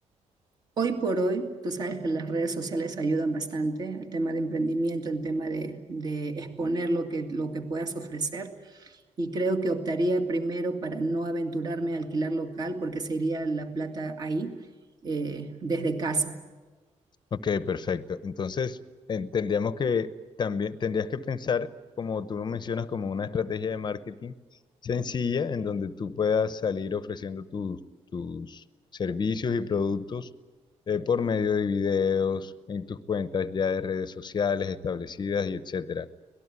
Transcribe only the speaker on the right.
Hoy por hoy, tú sabes que las redes sociales ayudan bastante al tema de emprendimiento, en tema de, de exponer lo que, lo que puedas ofrecer. Y creo que optaría primero para no aventurarme a alquilar local porque se iría la plata ahí eh, desde casa.